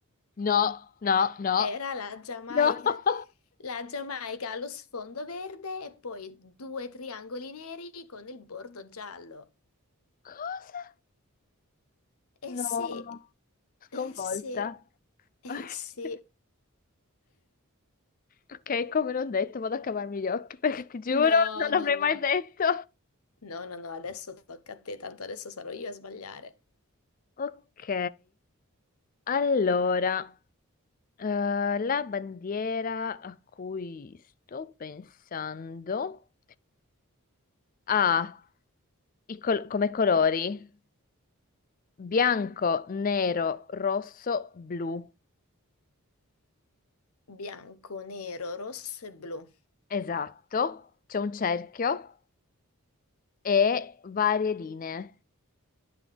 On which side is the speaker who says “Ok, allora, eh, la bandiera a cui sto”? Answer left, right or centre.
Left